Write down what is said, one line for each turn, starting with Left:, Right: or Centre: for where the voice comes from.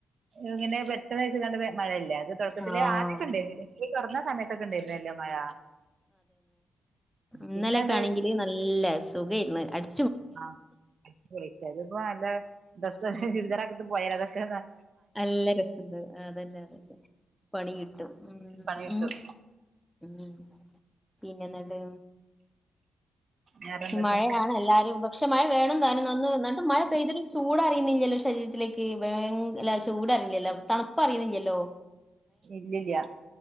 Right: ഇങ്ങനെ പെട്ടെന്ന് വെച്ച് കാണ്ട് മഴയല്ലേ. ത് തൊട്ക്കത്തിലേ
Centre: ആഹ്
Right: ആദ്യാക്കെ ഇണ്ടായിനില്ലേ സ്കൂള് തൊർന്ന സമയത്തൊക്കെ ഇണ്ടായിര്ന്നല്ലോ മഴ.
Centre: ഇന്നലൊക്കെ
Right: പിന്നെ അത്
Centre: ആണെങ്കില് നല്ല സുഖായ്ര്ന്ന് അട്
Right: ആഹ്. കുടിര്ക്കൽന് പ്പൊ നല്ല ഡെസും
Centre: ഉം
Right: ചുരിദാറൊക്കെട്ട് പോയാലൊക്കെ ന
Centre: നല്ല രസണ്ടാവും. ആ അതന്നെ അതെന്ന പണി കിട്ടും. ഉം
Right: പണി
Centre: ഉം
Right: കിട്ടും.
Centre: ഉം പിന്നെന്ന്ട്ട്
Right: വേറെന്തൊക്കെ
Centre: ഈ മഴയാണ് എല്ലാരും പക്ഷെ മഴ വേണം താനും ന്ന ന്ന്ട്ടും മഴ പെയ്ത ചൂടറിയുന്നില്ലല്ലോ ശരീരത്തിലേക്ക് വയ് അല്ല ചൂട അറിയില്ലല്ലോ തണുപ്പറിയുന്നില്ലല്ലോ
Right: ഇല്ലില്ല